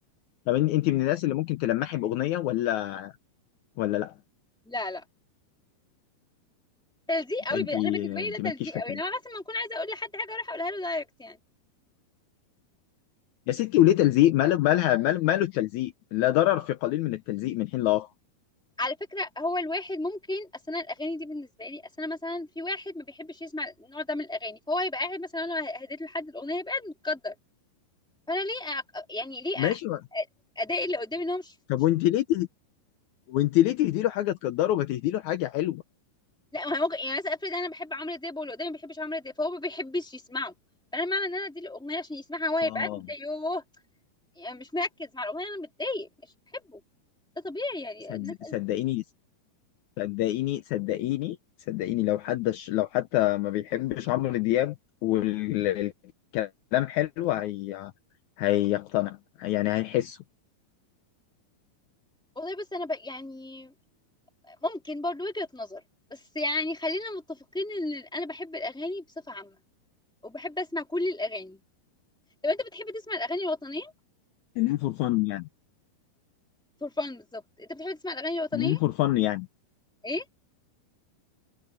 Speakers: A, on the left; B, in the centre.
A: طب انت انت من الناس اللي ممكن تلمحي باغنيه ولا ولا لا
B: لا لا تلزيق قوي
A: انت
B: ب- انا بالنسبه
A: انت
B: لي ده
A: مالكيش
B: تلزيق
A: فيها
B: قوي
A: كده
B: انما مثلا ما اكون عايزه اقول لحد حاجه اروح اقولها له دايركت يعني
A: يا ستي وليه تلزيق ماله مالها مال... ماله التلزيق لا ضرر في قليل من التلزيق من حين لاخر
B: على فكره هو الواحد ممكن اصل انا الاغاني دي بالنسبه لي اصل انا مثلا في واحد ما بيحبش يسمع النوع ده من الاغاني فهو هيبقى قاعد مثلا انا هديت له حد الاغنيه هيبقى قاعد متقدر فانا ليه أ... يعني ليه
A: ماشي
B: أ...
A: و...
B: ادائي اللي قدامي ان هو مش
A: طب
B: مش-
A: وانت ليه ته... وانت ليه تهدي له حاجه تقدره ما تهدي له حاجه حلوه
B: لا ما هو ممكن يعني مثلا افرض انا بحب عمرو دياب واللي قدامي ما بيحبش عمرو دياب فهو ما بيحبش يسمعه فانا معنى ان انا اديله الاغنيه عشان يسمعها هو هيبقى
A: اه
B: قاعد متضايق يوه يعني مش مركز مع الاغنيه انا متضايق مش بحبه ده طبيعي يعني
A: صد...
B: الناس
A: صدقيني صدقيني صدقيني صدقيني لو حد لو حتى ما بيحبش عمرو دياب والكلام حلو هي هيقتنع يعني هيحسه
B: والله بس انا بقى يعني ممكن برضو وجهة نظر بس يعني خلينا متفقين ان انا بحب الاغاني بصفة عامة وبحب اسمع كل الاغاني طب انت بتحب تسمع الاغاني الوطنية
A: خلينا فور فن يعني
B: فور فان بالظبط انت بتحب تسمع الاغاني الوطنية
A: خلينا فور فن يعني
B: ايه